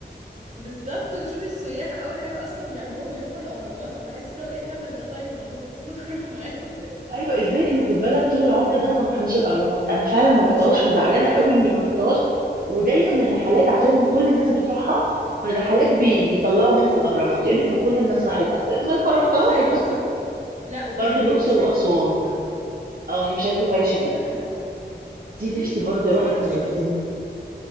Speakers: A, on the right (about 40°); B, on the right (about 55°).
A: بالظبط وتشوفي السياح أول حاجة أصلا بيعملوها بيروحوا الأهرامات فبحس اللي هو ايه الهبل ده طيب أنا المفروض أروح معاهم
B: ايوه ازاي احنا في البلد طول العمر ده وما رحناش الاهرامات انا فعلا ما رحتهاش
A: مش عارفة
B: وزعلانه
A: بجد
B: قوي اني ما رحتهاش ودايما الرحلات عشان كل الناس بتروحها فالرحلات بي... بيطلعوا منها الاهرامات يقول لك ما كل الناس راحتها لا ما انا ما رحتهاش
A: ايوه صح
B: <laughs>
A: لا وكمان
B: برضه الاقصر
A: هي مش عايزة
B: واسوان
A: صيف الصراحة
B: اه هي مش عايزه تبقى
A: اه
B: شتاء
A: دي بقى اللي تحفة
B: دي
A: دي
B: نفسي
A: اللي تحفة
B: برضه
A: بس
B: اروحها
A: انا ما رحتش
B: من سنين
A: الاقصر